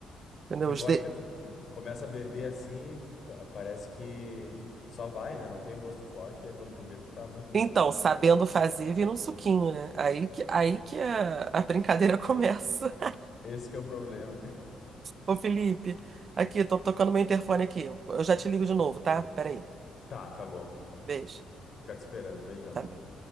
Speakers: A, on the right; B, on the left.
A: entendeu?
B: E
A: Os
B: vodka,
A: de-
B: tu começa a beber assim, pa- parece que, que só vai, né? Não tem um gosto forte. E aí quando tu vê, tu tá muito bêbado.
A: Então, sabendo fazer, vira um suquinho, né? Aí que, aí que a, a brincadeira <laughs> começa.
B: <laughs> Esse que é o problema. <laughs>
A: Ô, Felipe, aqui, tô tocando meu interfone aqui. Eu já te ligo de novo, tá? Peraí.
B: Tá, tá bom.
A: Beijo.
B: Ficar te esperando. Beijão.
A: Tá